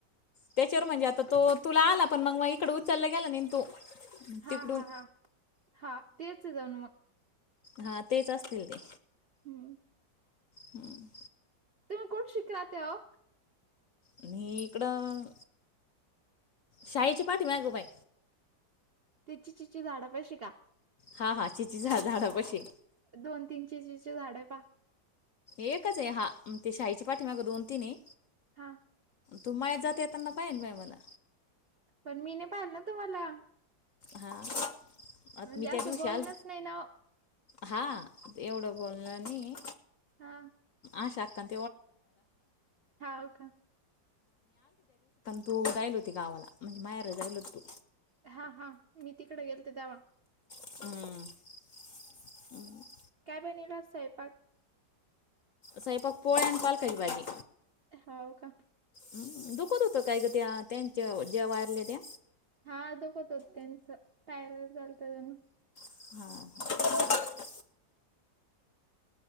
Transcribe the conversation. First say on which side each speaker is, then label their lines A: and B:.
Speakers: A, on the left (about 60°); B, on the right (about 55°).
A: त्याच्यावर म्हणजे आता तो तुला आला पण मग मग इकड उचलला गेला नाही तो
B: हा
A: तिकडून
B: हा हा हा तेच ये जणू मग.
A: हा तेच असतील ते
B: हम्म
A: हम्म
B: तुम्ही कुडशिक राहत्या ओ.
A: आणि इकडं शाईच्या पाठीमागं बाई
B: तिची चिची झाडा पशी का?
A: हा, हा चिची झा झाडं पशी
B: दोन तीन चिचीची झाडे आहे पा
A: एकच आहे हा ते शाहीची पाठी माग दोन, तीन आहे
B: हा
A: तू माया्या जात येताना पाहिल माय मला
B: पण मी नाही पाहिल ना तुम्हाला
A: हा आ
B: म्हणजे
A: मी
B: असं
A: त्या दिवशाल
B: बोलणंच नाही ना
A: हा एवढं बोल आणि
B: हा
A: म पण
B: हाव का
A: तू जायल होती गावाला म्हणजे मायार जायलच तू
B: हा, हा मी तिकडे गेलते जावा
A: हमं
B: काय बनविला स्वयंपाक
A: स्वयंपाक पोळ्या अन पालकाची भाजी
B: होव का
A: ह् दुःखं दुःतं कायकते ते जेवयारले्या त्या
B: हा दुकत हो त्यांच पायर झाल्त त्यांना
A: हा